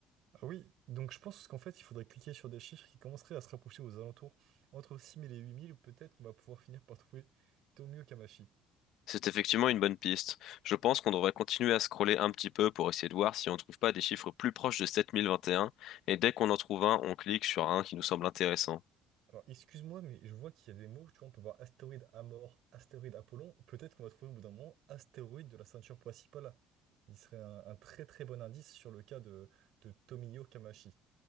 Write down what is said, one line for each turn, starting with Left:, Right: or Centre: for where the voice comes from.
Right: ah oui, donc je pense qu'en fait, il faudrait cliquer sur des chiffres qui commenceraient à se rapprocher aux alentours. Entre 6000 et 8000, peut-être qu'on va pouvoir finir par trouver Tomio Kamashi.
Left: C'est effectivement une bonne piste. Je pense qu'on devrait continuer à scroller un petit peu pour essayer de voir si on ne trouve pas des chiffres plus proches de 7021, et un, et dès qu'on en trouve un, on clique sur un qui nous semble intéressant.
Right: Alors, excuse-moi, mais je vois qu'il y a des mots, tu vois, on peut voir astéroïde Amor, astéroïde Apollon. Peut-être qu'on va trouver au bout d'un moment astéroïde de la ceinture principale. Il serait un, un très très bon indice sur le cas de, de Tomio Kamashi.